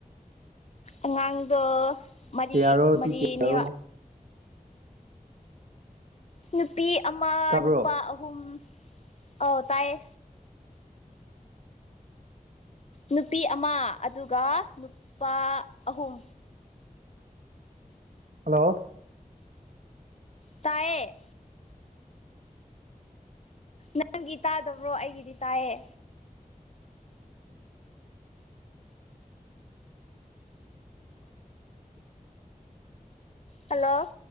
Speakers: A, on the left (about 50°); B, on the right (about 65°).
A: ꯑꯉꯥꯡꯗꯣ ꯃꯔꯤ
B: ꯀꯌꯥꯔꯣ ꯅꯨꯄꯤ
A: ꯃꯔꯤꯅꯦ
B: ꯀꯌꯥꯔꯣ
A: ꯅꯨꯄꯤ ꯑꯃ
B: ꯇꯥꯕ꯭ꯔꯣ
A: ꯅꯨꯄꯥ ꯑꯍꯨꯝ ꯑꯎ ꯇꯥꯏꯌꯦ ꯅꯨꯄꯤ ꯑꯃ ꯑꯗꯨꯒ ꯅꯨꯄꯥ ꯑꯍꯨꯝ
B: ꯍꯜꯂꯣ
A: ꯇꯌꯦ ꯅꯪꯒꯤ ꯇꯥꯗꯕ꯭ꯔꯣ ꯑꯩꯒꯤꯗꯤ ꯇꯥꯏꯌꯦ ꯍꯜꯂꯣ